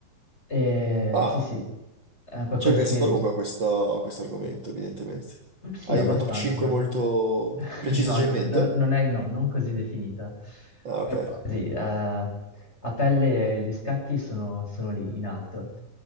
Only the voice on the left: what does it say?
E,
sì, sì, è qualcosa
che...
Sì,
abbastanza,
dai.
<laughs>
No,
no,
no, non è, no, non così definita.
Sì, eh, a pelle gli scacchi sono, sono lì in alto.